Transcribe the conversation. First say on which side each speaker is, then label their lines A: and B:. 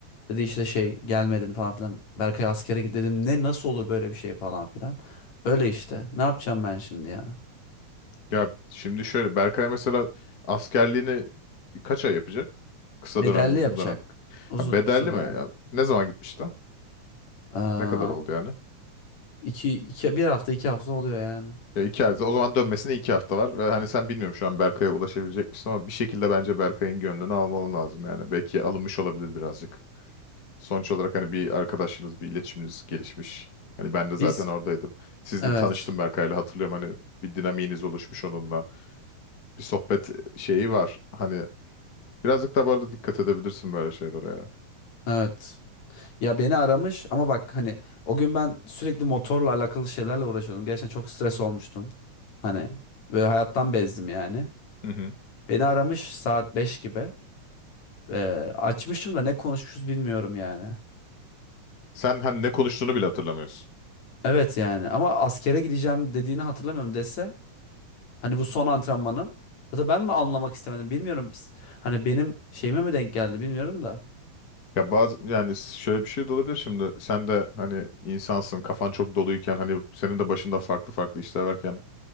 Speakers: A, on the left (about 60°); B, on the left (about 35°).
A: Dedi işte şey gelmedin falan filan. Berkay askere git dedim. Ne nasıl olur böyle bir şey falan filan. Öyle işte. Ne yapacağım ben şimdi ya?
B: Ya şimdi şöyle Berkay mesela askerliğini kaç ay yapacak? Kısa
A: Bedelli
B: dönem mi uzun
A: yapacak.
B: dönem?
A: Uzun
B: Ha, bedelli
A: kısa dönem.
B: mi? Ya, ne zaman gitmişti?
A: Aa,
B: Ne kadar oldu yani?
A: iki, iki, bir hafta iki hafta oluyor yani.
B: Ya iki ay. O zaman dönmesine iki hafta var. Ve hani sen bilmiyorum şu an Berkay'a ulaşabilecek misin ama bir şekilde bence Berkay'ın gönlünü almalı lazım yani. Belki alınmış olabilir birazcık. Sonuç olarak hani bir arkadaşınız, bir iletişiminiz gelişmiş. Hani ben de zaten
A: Biz
B: oradaydım. Siz
A: evet.
B: de tanıştım Berkay'la hatırlıyorum hani bir dinamiğiniz oluşmuş onunla. Bir sohbet şeyi var. Hani Birazcık daha böyle dikkat edebilirsin böyle şeylere ya.
A: Evet. Ya beni aramış ama bak hani o gün ben sürekli motorla alakalı şeylerle uğraşıyordum. Gerçekten çok stres olmuştum. Hani ve hayattan bezdim yani.
B: Hı hı.
A: Beni aramış saat 5 gibi. Ee, açmışım da ne konuşmuşuz bilmiyorum yani.
B: Sen hani ne konuştuğunu bile hatırlamıyorsun.
A: Evet yani ama askere gideceğim dediğini hatırlamıyorum dese hani bu son antrenmanım ya da ben mi anlamak istemedim bilmiyorum. S- Hani benim şeyime mi denk geldi bilmiyorum da.
B: Ya bazı yani şöyle bir şey de olabilir şimdi. Sen de hani insansın, kafan çok doluyken hani senin de başında farklı farklı işler varken